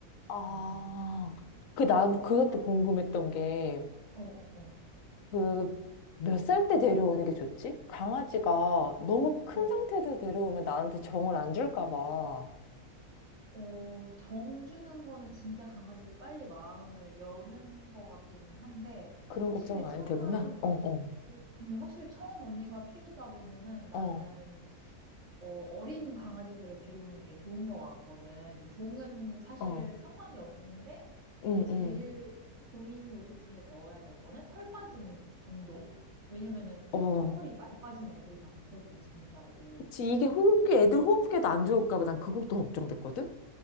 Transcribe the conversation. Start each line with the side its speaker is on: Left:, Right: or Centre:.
Left: 아,
Right: 음.
Left: 그, 난 그것도
Right: 그런,
Left: 궁금했던 게,
Right: 어, 어, 어.
Left: 그, 몇 살 때 데려오는 게 좋지? 강아지가 너무 큰
Right: 어,
Left: 상태에서 데려오면 나한테 정을 안 줄까 봐.
Right: 어, 어, 정 주는 거는 진짜 강아지들 빨리 마음을 여는 것 같기는 한데,
Left: 그런
Right: 확실히
Left: 걱정 안
Right: 처음,
Left: 해도 되구나. 어, 어,
Right: 어, 근데 확실히 처음 언니가 키우다 보면은 나는
Left: 어,
Right: 어, 어린 강아지들을 데려오는 게 좋은 것 같거든. 이제 종은 사실
Left: 어,
Right: 상관이 없는데,
Left: 응,
Right: 이제 제일
Left: 응,
Right: 고민 요소 중에 넣어야 될 거는 털 빠짐 정도. 왜냐면은
Left: 어.
Right: 생각보다 털이 많이 빠진 애들이 많거든, 진짜로.
Left: 지 이게 호흡기,
Right: 그래서,
Left: 애들 호흡기에도 안 좋을까 봐 난 그것도 걱정됐거든?